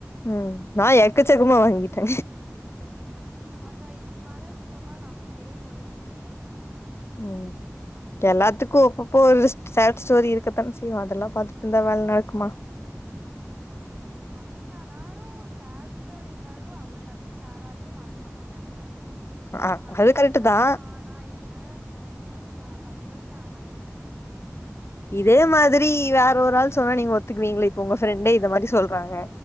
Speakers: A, on the left; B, on the right.
A: ம் நா எக்கச்சக்மா வாங்கிட்டே
B: அத இதுக்கு மேல சுத்தமா நம்பிக்கையே போயிருச்சு
A: ம் எல்லாத்துக்கு அப்பப்போ ஒரு சேட் ஸ்டோரி இருக்கத்தா செய்யு அதெல்லா பாத்திட்டுருந்தா வேல நடக்குமா
B: அதற்கானாலு சேட் ஸ்டோரி இருந்தாலு அவள டக் க்குனு யாராலயு மறக்க முடியாதுல
A: ஆ
B: அது ரெண்டு
A: கரெக்ட்
B: வர்ஷோ
A: தா
B: ஆ னா என்ன மூணு வர்ஷோ பத்து வர்ஷோ ஆனா என்ன
A: இதே மாதிரி வேற ஒரு ஆள் சொன்னா நீங்க ஒத்துக்குவீங்ள இப்ப உங்க ஃப்ரெண்டே இந்த மாதிரி சொல்றாங்க